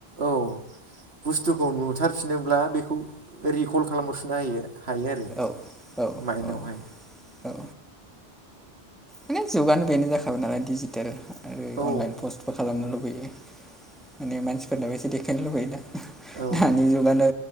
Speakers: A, on the right; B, in the centre.
A: औ बुस्थुखौ नुथारफिनोब्ला बेखौ रिकल खालामहरफिननो हायो हायो आरो
B: औ औ
A: माइदनावहाय
B: औ औ माने जुगानो बेनो जाखाबाय नालाय डिजिटेल आरो
A: औ
B: अनलाइन पस्तबो खालामनो लुबैयो लैयो माने मानसिफोरनाबो एसे देखायनो लुबैयो दा
A: औ
B: दानि जुगानो